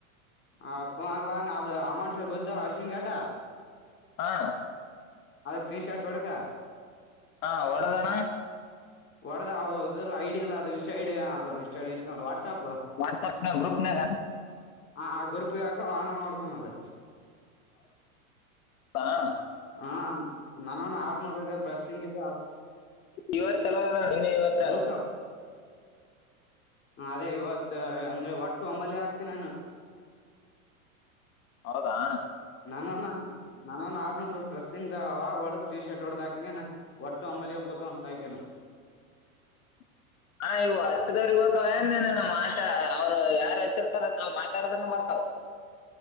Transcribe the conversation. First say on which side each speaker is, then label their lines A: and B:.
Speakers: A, on the left; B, on the left.
A: ಅಪ್ಪಲ್ಲಾ ಅದು ಅಮಂ ಬಸಲ್ಲ ಅರಿಶಿನ್ ಕಟಾ.
B: ಹಾ.
A: ಅದ ಕ್ರೀನ್ ಶರ್ಟ್ ಒಡುಕ.
B: ಹಾ ಳ್ಳದಣ.
A: ಒಡದದ ಐಡಿಿಯ ಇಲ್ಲ ಅದು ಇಸ್ ಐಡಾ ಅದು ಇ ವಾಟ್ಸ್ಆಪ್.
B: ವಾಟ್ಸಪ್ ನ ಗ್ರೂಪ್ ನ.
A: ಆ ಆ ಗೊರ್ಪಗಕ ಆಳನ್ನು ನೋಡ್ತನದು.
B: ತಾಣ.
A: ಹ ನಾನವನ್ ಆರ್ನೂರ್ ಇದೆ ಪಸ್ಸಿಂಗ್ ಇದೆ.
B: ಇವರ್ ಚಲವ ಇನ್ನ ಯವತ್ರ.
A: ಬೀಳ್ತಾವ್ ಅದೇ ಇವತ್ತು ಅಂದ್ರೆ ಒಟ್ಟು ಅಂಬಲ್ಿಗೆ ಆಕ್ತೇ ನಾನು. <inaudible>
B: ಹೌದಾ.
A: ನಾನೊನ್ ನಾನನ್ ಆರ್ನೂರು ಪ್ರೆಸ್ ಸಿಂಗದ ಒಡ ಟೀನ್ ಶರ್ಟ್ ಹೊಡ್ದಾಕ ಒಟ್ಟ. ಮಿಯ ಬತ ಅಂತ ಆಯ್ಕನಾ.
B: <inaudible> ಹಾ ಇವು ಹಚ್ಚದವ್ರಿಗೆ ಗತ್ತ ಏನ್ನ ಮಾತಾ ಅವ್ರು ಯಾರು ಹಚ್ಚಿರ್ತಾರ ನಾವ್ ಮಾತಾಡದನ್ನ ಬರ್ತವ. <inaudible>